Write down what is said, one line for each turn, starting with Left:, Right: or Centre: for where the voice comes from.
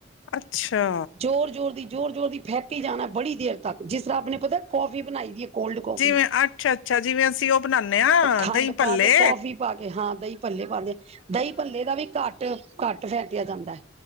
Left: ਅੱਛਾ!
Right: ਜ਼ੋਰ-ਜ਼ੋਰ ਦੀ ਜ਼ੋਰ ਜ਼ੋਰ ਦੀ ਫੈਕੀ ਜਾਣਾ, ਬੜੀ ਦੇਰ ਤੱਕ ਜਿਸ ਸਾਬ ਨੇ ਪਤਾ ਕੌਫੀ ਬਣਾਈ ਐ ਕੋਲਡ ਕੌਫੀ।
Left: ਜਿਵੇਂ ਅੱਛਾ-ਅੱਛਾ ਜਿਵੇਂ ਅਸੀਂ ਉਹ ਬਣਾਨੇ ਆ
Right: ਖੰਡ
Left: ਦਹੀਂ ਭੱਲੇ
Right: ਪਾ ਕੇ, ਕੌਫੀ ਪਾ ਕੇ, ਹਾਂ ਦਹੀਂ ਭੱਲੇ ਪਾਦੇ ਦਹੀਂ ਭੱਲੇ ਦਾ ਵੀ ਘੱਟ-ਘੱਟ ਫੈਟਿਆ ਜਾਂਦਾ ਹੈ